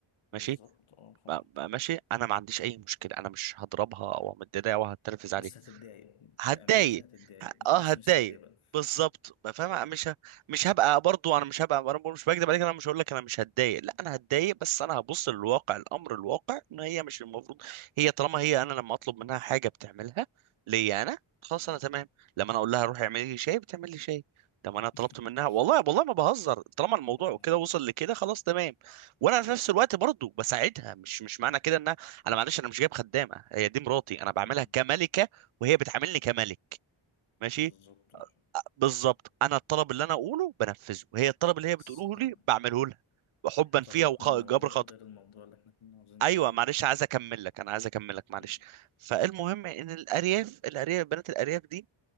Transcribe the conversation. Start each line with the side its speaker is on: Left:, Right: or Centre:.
Left: بالظبط
Right: ماشي
Left: اه فاهمك
Right: بقى بقى ماشي انا ما عنديش اي مشكله انا مش هضربها او امددها او هتنرفز عليها
Left: بس هتتضايق
Right: هتضايق
Left: بأمانة كده هتتضايق ما
Right: اه
Left: تبقاش
Right: هتضايق
Left: مثالي بقى
Right: بالظبط ما فاهم
Left: بالظبط
Right: مش ه... مش هبقى برضو انا مش هبقى انا برضو مش بكذب عليك انا مش هقول لك انا مش هتضايق لا انا هتضايق بس انا هبص للواقع الامر الواقع ان هي مش المفروض هي طالما هي انا لما اطلب منها حاجه بتعملها ليا انا خلاص
Left: اه
Right: انا تمام لما انا اقول لها روحي اعملي لي شاي بتعمل لي شاي طب انا طلبت
Left: <laughs>
Right: منها والله والله ما بهزر طالما الموضوع
Left: اه فاهم
Right: كده وصل لكده خلاص تمام وانا في نفس الوقت برضو بساعدها مش مش معنى كده انها انا معلش انا مش جايب خدامه هي دي مراتي انا بعملها
Left: أمم،
Right: كملكه وهي بتعاملني كملك ماشي
Left: بالظبط اه
Right: بالظبط انا الطلب اللي انا اقوله بنفذه وهي الطلب اللي هي بتقوله
Left: بس احنا
Right: لي بعمله لها حبا
Left: احنا طرقنا
Right: فيها وجبر
Left: لموضوع
Right: خطأ
Left: غير الموضوع اللي احنا كنا عاوزين
Right: ايوه
Left: نتكلم
Right: معلش
Left: فيه
Right: عايز اكمل لك انا عايز اكمل لك معلش
Left: أمم،
Right: فالمهم ان الارياف الارياف بنات الارياف دي